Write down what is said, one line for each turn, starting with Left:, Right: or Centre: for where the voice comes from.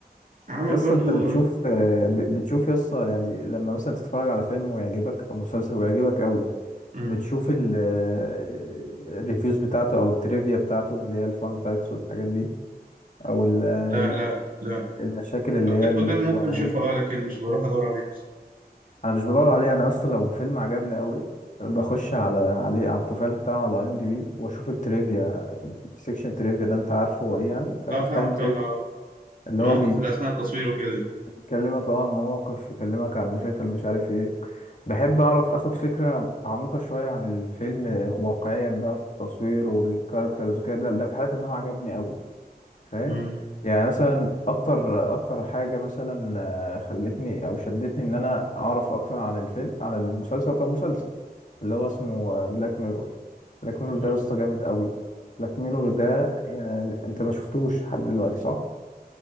Right: عمل
Left: يا اسطى
Right: برضو
Left: انت بتشوف آه، ب- بتشوف يا اسطى يعني لما مثلا تتفرج على فيلم ويعجبك او مسلسل ويعجبك قوي
Right: مم.
Left: بتشوف ال- آه، الريفيوز بتاعته او التريفيا بتاعته اللي هي الفان فاكتس والحاجات دي او ال- ال-
Right: لا لا لا
Left: المشاكل اللي
Right: لو
Left: هي
Right: جت
Left: اللي
Right: قدامي
Left: بتبقى
Right: ممكن
Left: موجودة
Right: اشوفها اه لكن مش بروح ادور عليها بس
Left: انا مش بدور عليها انا يا اسطى لو فيلم عجبني قوي بخش على عليه على البروفايل بتاعه على اي ام دي بي واشوف التريفيا السكشن تريفيا ده انت عارفه هو ايه يعني فاهم
Right: اه فاهمك
Left: فاهم تريفيا
Right: اه
Left: اللي
Right: المواقف
Left: هو
Right: اللي اثناء التصوير وكده
Left: بيكلمك اه على المواقف يكلمك على المشاكل مش عارف ايه بحب اعرف اخد فكرة عميقة شوية عن الفيلم واقعيا بقى في تصويره والكاركترز وكده ده ده في حالة ان هو عجبني قوي فاهم
Right: مم.
Left: يعني مثلا اكتر اكتر حاجه مثلا آه، خلتني او شدتني ان انا اعرف اكتر عن الفيلم عن المسلسل وكان مسلسل اللي هو اسمه بلاك ميرور بلاك ميرور
Right: مم.
Left: ده يا اسطى جامد قوي بلاك ميرور ده يعني انت ما شفتوش لحد دلوقتي صح